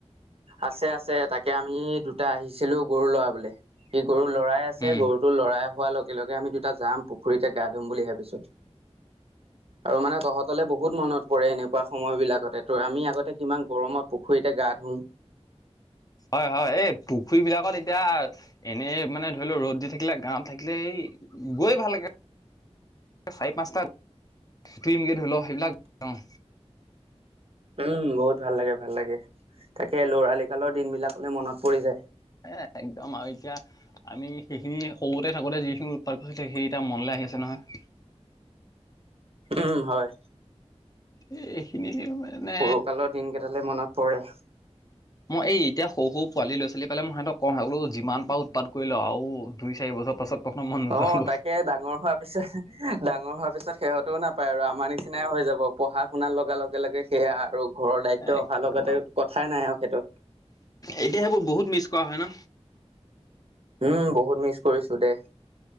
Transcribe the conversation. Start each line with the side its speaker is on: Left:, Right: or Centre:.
Right: আছে। আছে। তাকে আমি দুটা আহিছিলো গৰু লৰাবলে। সি গৰু লৰাই আছে,
Left: উম
Right: গৰুটো লৰাই হোৱাৰ লগে -লগে আমি দুটা যাম, পুখুৰীতে গা ধুম বুলি ভাবিছো। আৰু মানে তহঁতলে বহুত মনত পৰে এনে -কুৱা সময় বিলাকতে তোৰ, আমি আগতে কিমান গৰমত পুখুৰীতে গা ধুওঁ।
Left: হয়। হয়। এই পুখুৰী বিলাকত এতিয়া, এনে মানে ধৰি ল ৰ'দ দি থাকিলে গাঁৱত থাকিলে, এই গৈ ভাল লাগে চাৰি -পাঁচটা টীমকে ধৰি লও, সেইবিলাক অহ।
Right: উম। বহুত ভাল লাগে। ভাল লাগে। তাকে লৰালি কালৰ দিনবিলাকলে মনত পৰি যায়।
Left: এ একদম আৰু এতিয়া, আমি সেইখিনি সৰুতে থাকোতে যিখিনি উৎপাত কৰিলে, সেই এতিয়া মনলে আহি আছে নহয়।
Right: উম। হয়।
Left: এই এইখিনি মানে
Right: সৰুকালৰ দিনকেইটালে মনত পৰে।
Left: মই, এই এতিয়া সৰু -সৰু পোৱালী ল-ছোৱালী পালে, মই সিহতক কওঁহে- বোলো যিমান পাৰ উৎপাত কৰি লৱ আৰু দুই -চাৰি বছৰ পাছত তহঁতৰ মন নোযোৱা
Right: অ'
Left: হ'ব
Right: তাকে ডাঙৰ হোৱা পিছত, ডাঙৰ হোৱা পিছত তাৰ পিছত সিহঁতেও নাপায় আৰু, আমাৰ নিচিনাইও হৈ যাব। পঢ়া- শুনাৰ লগাৰ লগে লগে সেয়া আৰু ঘৰৰ দায়িত্ব
Left: একদম
Right: অহাৰ লগতে,
Left: আৰু
Right: কথাই নাই আৰু সেইটো।
Left: এতিয়া সেইবোৰ বহুত মিছ কৰা হয় ন
Right: উম। বহুত মিচ কৰিছো দে।